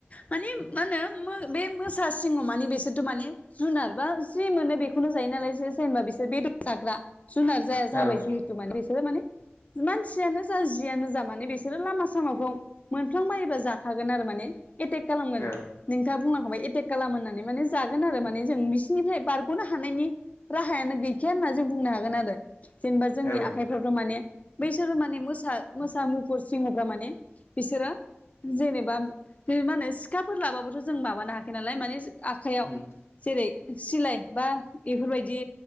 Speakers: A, on the left; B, on the left.
A: माने मा होनो बे मोसा सिङाव मानिे बेसोरथ' माने जुनार बा जि मोनो बेखौनो जायो नालाय जेनबा बिसोर बेदर जाग्रा जुनार जाया जाबाय
B: औ
A: जिहेतु माने बिसोरो माने मानसियानो जा जियानो जा माने बिसोरो लामा सामाफ्राव नुंफ्लां बायोबा जाखागोन आरो माने एटेक खालामगोन
B: औ
A: नोंथाङा बुंनांखौ एटेक खालाम होननानै माने जागोन आरो माने जों बिसिोरनिफ्राय बारग'नो हानायनि राहायानो गैखाया होनना जों बुंनो हागोन आरो जेनेबा जोंनि
B: औ
A: आखाइ माने बैसोर माने मो मोसा मुफुर सिङहफ्रा माने बिसोरो जेनेबा मा होनो सिखाफोर लाबाबोथ' जों माबानो हायाखै नालाय मानिे आखाइयाव
B: उम
A: जेरै सिलाय बा बेफोरबायदि